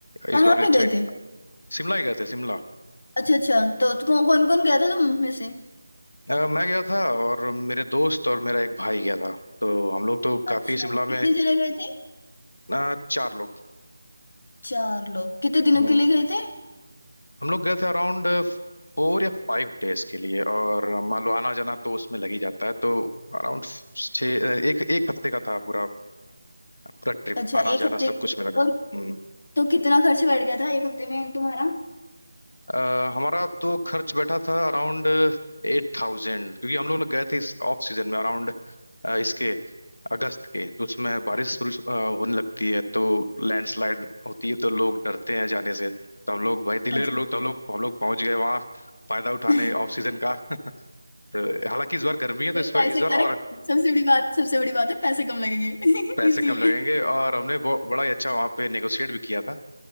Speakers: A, on the left; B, on the left.
A: कहाँ
B: इस बार भी
A: पे
B: अच्छा
A: गए
B: ही
A: थे
B: शिमला ही गए थे शिमला
A: अच्छा अच्छा तो कौन कौन कौन गया था तुम में से
B: अ, मैं गया था और मेरे दोस्त और मेरा एक भाई गया था तो हम लोग तो काफी
A: अच्छा
B: शिमला में
A: कितने जने गए थे
B: अ, चार लोग
A: चार लोग कितने दिनों
B: हम्म,
A: के लिए गए थे
B: हम लोग गए थे अराउंड फोर या फाइव डेज के लिए और मान लो आना जाना तो उसमें लग ही जाता है तो अराउंड छः एक एक हफ्ते का था पूरा पूरा ट्रिप
A: अच्छा
B: आना
A: एक
B: जाना
A: हफ्ते
B: सब कुछ में लगा
A: और
B: हम्म।
A: तो कितना खर्च बैठ गया था एक हफ्ते में तुम्हारा
B: अ, हमारा तो खर्च बैठा था अराउंड एट थाउजेंड क्योंकि हम लोग ना गए थे इस ऑफ सीजन में अराउंड इसके अगस्त के तो उसमें बारिश बुरिश, अ, होने लगती है तो लैंडस्लाइड होती है तो लोग डरते हैं जाने से तो हम लोग भाई दिलेर
A: अच्छा
B: लोग तो हम लोग हम लोग पहुंच गए वहाँ फायदा उठाने
A: <laughs>
B: ऑफ सीजन का <laughs> तो हालांकि इस बार गर्मी है तो
A: तो
B: इस बार
A: पैसे
B: इस बार
A: अरे
B: और
A: सबसे बड़ी बात सबसे बड़ी बात है पैसे कम लगेंगे
B: पैसे
A: <laughs> इसीलिए
B: कम लगेंगे और हमने बहु- बड़ा ही अच्छा वहाँ पे नेगोशिएट भी किया था